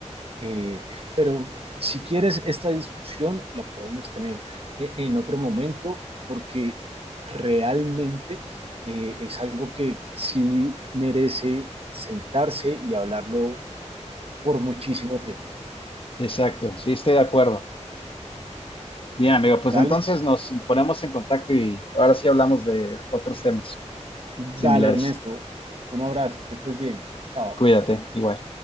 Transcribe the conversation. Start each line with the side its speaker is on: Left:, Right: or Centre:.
Right: Eh, pero si quieres, esta discusión la podemos tener eh, en otro momento porque realmente eh, es algo que, que sí merece sentarse y hablarlo por muchísimo tiempo.
Left: Exacto, sí, estoy de acuerdo. Bien, amigo, pues
Right: Dale,
Left: entonces nos ponemos en contacto y ahora sí hablamos de otros temas
Right: dale
Left: similares.
Right: Ernesto, un abrazo, que estés bien. Chao.
Left: Cuídate, igual.